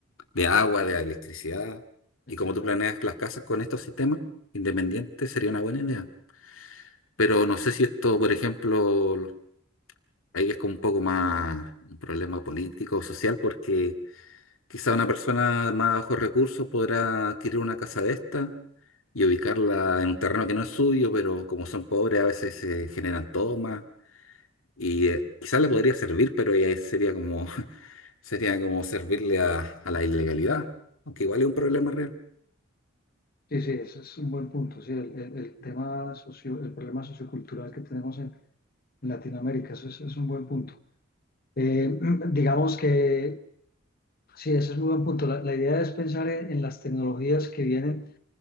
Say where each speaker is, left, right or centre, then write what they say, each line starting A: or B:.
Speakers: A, on the left; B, on the left.
A: de agua, de electricidad, y
B: Exactamente.
A: como tú planeas las casas con estos sistemas independientes sería una buena idea. Pero no sé si esto, por ejemplo, lo- ahí es como un poco más un problema político o social, porque Quizá una persona de más bajos recursos podrá adquirir una casa de esta y ubicarla en un terreno que no es suyo, pero como son pobres a veces se generan tomas y eh, quizá
B: Ok.
A: le podría servir, pero ya es- sería como, <laughs> sería como servirle a, a la ilegalidad, aunque igual es un problema real.
B: Sí, sí, ese es un buen punto. Sí, el, el- el tema socio, el problema sociocultural que tenemos en, en Latinoamérica, eso es, es un buen punto. Eh, <clears throat> digamos que sí, ese es muy buen punto. La, la idea es pensar en, en las tecnologías que vienen